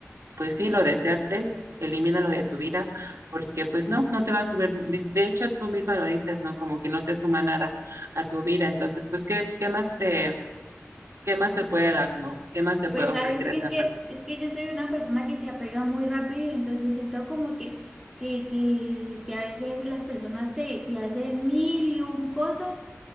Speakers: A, on the right; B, in the centre.
A: pues sí, lo desertes, elimínalo de tu vida, porque pues no, no te va a subir, de hecho tú misma lo dices, ¿no? Como que no te suma nada a tu vida, entonces pues ¿qué, qué más te, qué más te puede dar, ¿no? ¿Qué más te
B: Pues
A: puede
B: sabes
A: ofrecer
B: que
A: esa
B: es que,
A: persona?
B: es que yo soy una persona que se apega muy rápido, entonces siento como que, que, que, que a veces las personas te, te hacen mil y un cosas